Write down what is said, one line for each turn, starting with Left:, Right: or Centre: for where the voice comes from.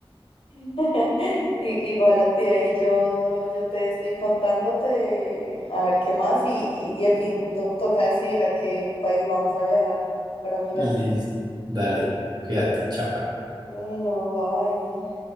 Left: <laughs> I- Igual a ti, ahí yo, yo te estoy contándote a ver qué más y, y, y en fin, no- toca decidir a qué país vamos a viajar para mirar.
Right: Listo. Dale, cuídate, chao.
Left: Bueno, bye.